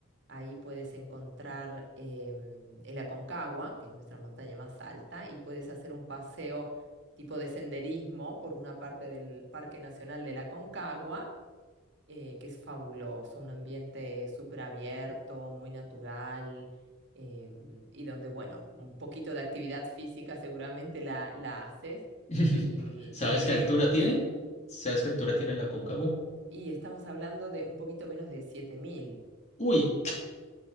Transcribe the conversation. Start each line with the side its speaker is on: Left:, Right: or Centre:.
Right: Ahí puedes encontrar em, el Aconcagua, que es nuestra montaña más alta, y puedes hacer un paseo tipo de senderismo por una parte del Parque Nacional del Aconcagua, eh, que es fabuloso, un ambiente súper abierto, muy natural, em, y donde, bueno, un poquito de actividad física seguramente la, la haces.
Left: <laughs>
Right: Y
Left: ¿Sabes
Right: también
Left: qué altura
Right: en,
Left: tiene? ¿Sabes qué altura tiene la Concagua?
Right: Y estamos hablando de un poquito menos de siete mil
Left: Uy,